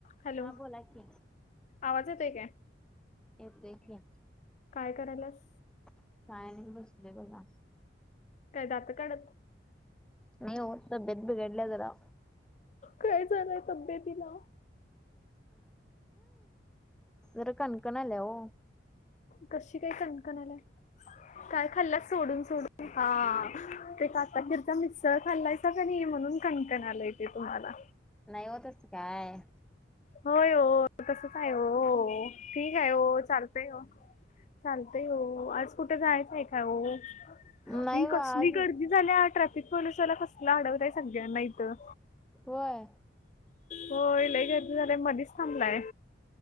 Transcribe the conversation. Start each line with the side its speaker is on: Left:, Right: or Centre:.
Left: Hello.
Centre: हा बोला की
Left: आवाज येतोय काय?
Centre: येतोय की.
Left: काय करायलात?
Centre: काय नाही. बसले बघा.
Left: काय दात काढत.
Centre: नाही हो. तब्बेत बिघडल्या जरा.
Left: काय झालंय तब्येतीला?
Centre: जरा कणकण आलंय हो.
Left: कशी काय कणकण आलाय? काय खाल्ल्या- सोडून सोडून. हा. कस आता भर - मिसळ खाल्लयसा का नाही? म्हणून कणकण आलंय ते तुम्हाला.
Centre: नाही हो. त्याच काय-
Left: होय हो. त्याच काय हो? ठीक आहे हो. चालतय हो. चालतय हो. आज कुठे जायचं का हो?
Centre: नाही
Left: ही
Centre: हो
Left: कसली
Centre: आज
Left: गर्दी- झाल्या ट्रॅफिक पोलीसवाला कसला अडवतय सगळ्यांना इथं.
Centre: व्हय.
Left: होय. लई गर्दी झालंय न मधीच थांबलाय.